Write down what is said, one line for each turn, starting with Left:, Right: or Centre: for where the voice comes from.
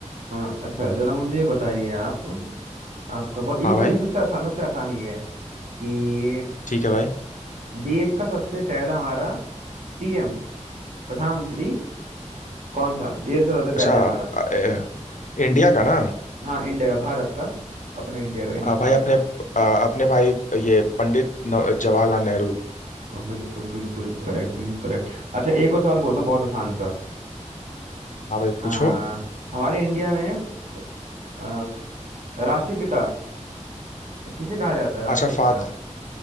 Right: अ, अच्छा जरा मुझे ये बताइए आप आपका बहुत ये
Left: हाँ
Right: सब
Left: भाई
Right: ये सबसे आसान सबसे आसान ये है कि
Left: ठीक है भाई
Right: देश का सबसे पहला हमारा पीएम प्रधानमंत्री कौन था देश का सबसे
Left: अच्छा
Right: पहले हमारा
Left: अ, अ, इंडिया का ना
Right: हाँ इंडिया का भारत का अपना इंडिया का हिंदुस्तान
Left: अ, भाई अपने
Right: का
Left: अ, अपने भाई ये पंडित नव- जवाहरलाल नेहरू
Right: हाँ, बिल्कुल बिल्कुल करेक्ट बिल्कुल करेक्ट अच्छा एक और सवाल बोलता हूँ बहुत आसान सा
Left: हाँ भाई
Right: आ,
Left: पूछो
Right: हमारे इंडिया में आ, राष्ट्रपिता किसे कहा जाता है राष्ट्रपिता
Left: अच्छा फा,